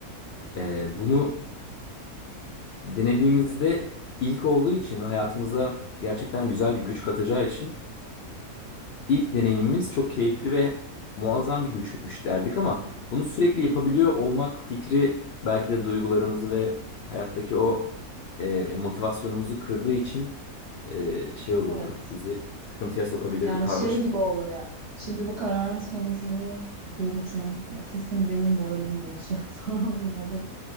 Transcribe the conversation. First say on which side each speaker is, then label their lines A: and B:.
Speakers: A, on the left; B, on the right.
A: e, bunu denediğimizde ilk olduğu için ve hayatımıza gerçekten güzel bir güç katacağı için ilk deneyimimiz çok
B: Evet.
A: keyifli ve muazzam bir güçmüş derdik ama bunu sürekli yapabiliyor olmak fikri belki de duygularımızı ve hayattaki o e, motivasyonumuzu kırdığı için e, şey olurdu.
B: Evet.
A: Bizi sıkıntıya sokabilirdi,
B: Yani
A: karmaşık.
B: şey gibi olur ya. Şimdi bu kararın sonucunu göreceğim ama kesin benim moralimi bozacak <laughs> falan bir moda